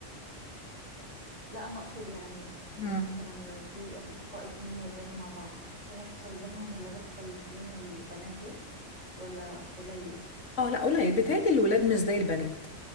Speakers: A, on the right; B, on the left.
A: لا انا اقصد يعني
B: مم.
A: مثلا لو في اصدقاء اتنين ولاد مع بعض ممكن يحصل بينهم اللي بيحصل بين البنات دول ولا قليل؟
B: اه لا قليل بيتهيألي الولاد مش زي البنات